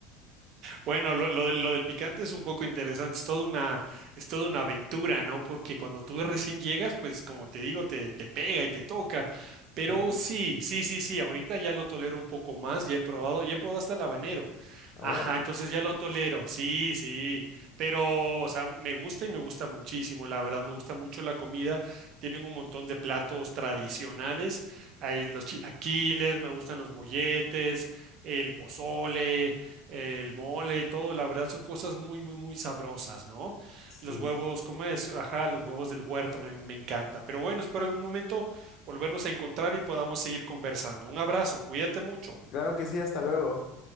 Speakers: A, on the right; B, on the left.
A: Bueno, lo, lo del lo del picante es un poco interesante, es toda una, es toda una aventura, ¿no? Porque cuando tú recién llegas, pues como te digo, te, te pega y te toca. Pero
B: Claro.
A: sí, sí, sí, sí, ahorita ya lo tolero un poco más, ya he probado, ya he probado hasta el habanero.
B: Ahora,
A: Ajá, entonces ya lo tolero, sí, sí. Pero, o sea, me gusta y me gusta muchísimo, la verdad, me gusta mucho la comida. Tienen un montón de platos tradicionales, hay los chilaquiles, me gustan los molletes, el pozole el mole y todo, la verdad son cosas muy, muy, muy sabrosas, ¿no?
B: sí.
A: Los huevos,
B: sí, sí.
A: ¿cómo es? Ajá, los huevos del huerto me, me encanta. Pero bueno, espero algún momento volvernos a encontrar y podamos seguir conversando. Un abrazo, cuídate mucho.
B: Claro que sí, hasta luego.